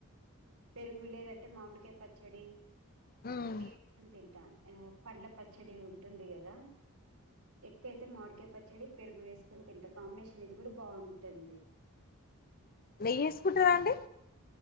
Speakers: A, on the right; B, on the left.
A: పెరుగు లేదంటే మామిడికాయ్ పచ్చడి
B: మ్మ్.
A: ఇవి తింటా ఆ పండ్ల పచ్చడి ఉంటుంది కదా ఎక్కువయితే మాడికాయ పచ్చడి పెరుగు వేసుకొని తింటా కాంబినేషన్ ఇది కూడా బాగుం టుంది
B: నెయ్యి ఏసుకుంటరా అండి